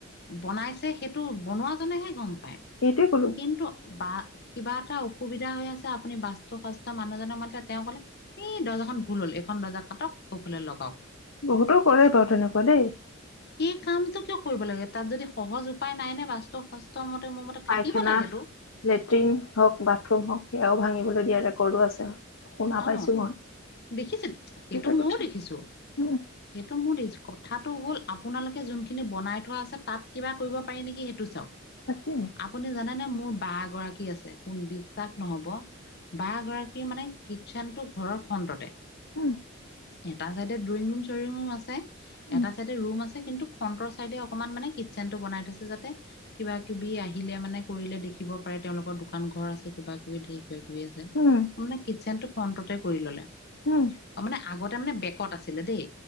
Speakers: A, on the left; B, on the left.
A: বনাইছে সেইটো বনোৱা জনেহে গম পায়
B: সেইটোৱেই ক
A: কিন্তু বা কিবা এটা অসুবিধা হৈ আছে আপুনি বাস্তু শাস্ত্ৰ মানুহজক মাতিলে তেওঁ কলে এই দৰ্জাখন ভুল হ'ল এখন দৰ্জা কাটক সৌফালে লগাওক
B: বহুতৰ কৰে বাৰু তেনেকুৱা দেই
A: সেই কামটো কেও কৰিব লাগে তাত যদি সহজ উপায় নাই নে বাস্তু শাস্ত্ৰ মতে মোৰ মতে থাকিব
B: পাইখানা
A: লাগেতো
B: লেট্ৰিন হওক বাথৰুম হওক সেয়াও ভাঙিবলৈ দিয়া ৰেকৰ্ডো আছে। শুনা পাইছো
A: অ
B: মই
A: দেখিছে সেইটো
B: এটা কথা
A: ময়ো দেখিছো
B: উম
A: সেইটো মোৰ দেখিছো ক কথাটো হ'ল আপোনালোকে যোনখিনি বনাই থোৱা আছে তাত কিবা কৰিব পাৰি নেকি সেইটো চাওক।
B: তাকে
A: আপুনি জানেনে মোৰ বা গৰাকী আছে কোন বিশ্বাস নহব বা গৰাকী মানে কিটচেনটো ঘৰৰ ফ্ৰণ্টতে।
B: উম
A: এটা চাইডে ড্ৰয়িং ৰুম চৰিং ৰুম আছে
B: উম
A: এটা চাইডে ৰুম আছে কিন্তু ফ্ৰণ্টৰ চাইডে অকমান মানে কিটচেন টো বনাই থৈছে যাতে কিবা কিবি আহিলে মানে কৰিলে দেখিব পাৰে। তেওঁলোকৰ দোকান ঘৰ আছে কিবা কিবি ধেৰ কিবা কিবি।
B: উম
A: মানে কিচনটো ফ্ৰন্টতে কৰি ললে
B: উম
A: মানে আগতে মানে বেকত আছিলে দেই